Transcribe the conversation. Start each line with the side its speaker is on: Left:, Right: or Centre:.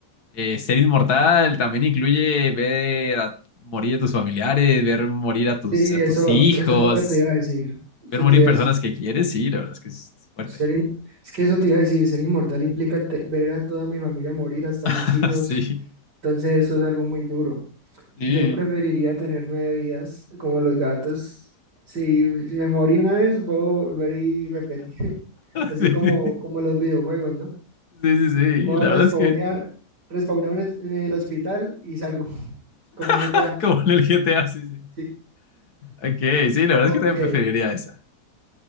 Left: eh, ser inmortal también incluye ver a morir a tus familiares, ver morir a tus,
Right: Sí,
Left: a
Right: eso,
Left: tus hijos,
Right: eso es lo que te iba a decir. Eso
Left: ver morir
Right: te iba
Left: personas
Right: a decir.
Left: que quieres, sí, la verdad es que es fuerte.
Right: Ser in- Es que eso te iba a decir, ser inmortal implica te- ver a toda mi familia morir, hasta mis
Left: <laughs>
Right: hijos.
Left: Sí,
Right: Entonces, eso es algo muy duro. Yo
Left: sí.
Right: preferiría tener nueve vidas, como los gatos. Si, si me morí una vez, puedo volver y repetir. <laughs> Así
Left: <laughs> Sí.
Right: como, como los videojuegos, ¿no?
Left: Sí, sí, sí.
Right: Puedo
Left: La
Right: respawnear,
Left: verdad es que,
Right: respawnear en el, en el hospital y salgo, <laughs> como GTA.
Left: <laughs> como en el GTA, sí, sí.
Right: Sí.
Left: Ok, sí, la verdad
Right: Ok,
Left: es que también preferiría esa.